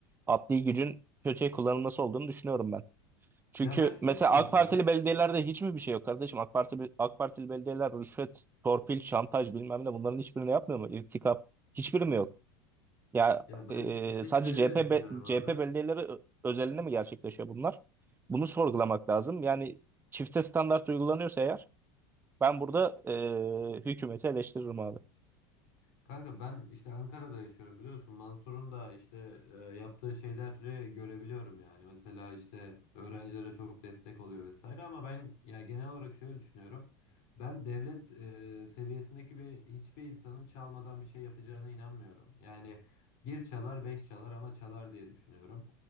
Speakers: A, on the right; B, on the left.
A: adli gücün kötüye kullanılması olduğunu düşünüyorum ben. Çünkü
B: Ya ben şunu
A: mesela
B: savunuyorum.
A: AK Partili belediyelerde hiç mi bir şey yok kardeşim? AK Parti, AK Partili belediyeler rüşvet, torpil, şantaj bilmem ne bunların hiçbirini yapmıyor mu? İrtikap hiçbiri mi yok? Ya
B: Ya ben
A: e,
B: işte
A: sadece
B: şöyle
A: CHP,
B: düşünüyorum
A: be-
B: abi.
A: CHP belediyeleri ö- özelinde mi gerçekleşiyor bunlar? Bunu sorgulamak lazım. Yani çifte standart uygulanıyorsa eğer ben burada e, hükümeti eleştiririm abi.
B: Kanka ben işte Ankara'da yaşıyorum biliyorsun. Mansur'un da işte e, yaptığı şeyleri görebiliyorum yani. Mesela işte öğrencilere çok destek oluyor vesaire ama ben ya genel olarak şöyle düşünüyorum. Ben devlet e, seviyesindeki bir hiçbir insanın çalmadan bir şey yapacağına inanmıyorum. Yani bir çalar beş çalar ama çalar diye düşünüyorum.